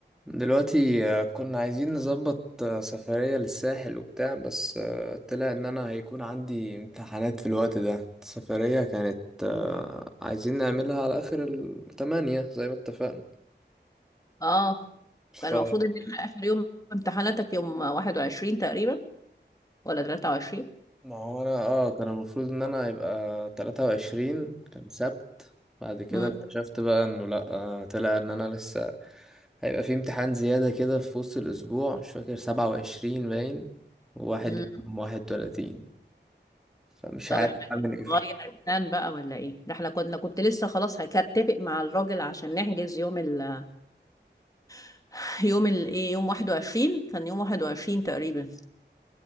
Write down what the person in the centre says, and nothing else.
دلوقتي آه، كنا عايزين نظبط آه، سفرية للساحل وبتاع بس آه، طلع ان انا هيكون عندي امتحانات في الوقت ده السفرية كانت آه، عايزين نعملها على اخر التمانية زي ما اتفقنا
ف
ما هو انا اه كان المفروض ان انا يبقى تلاتة وعشرين كان سبت بعد كده
اكتشفت بقى انه لا آه، طلع ان انا لسه هيبقى في امتحان زيادة كده في وسط الاسبوع مش فاكر سبعة وعشرين باين واحد
يوم واحد وتلاتين فمش
عارف
اعمل ايه في
الحوار.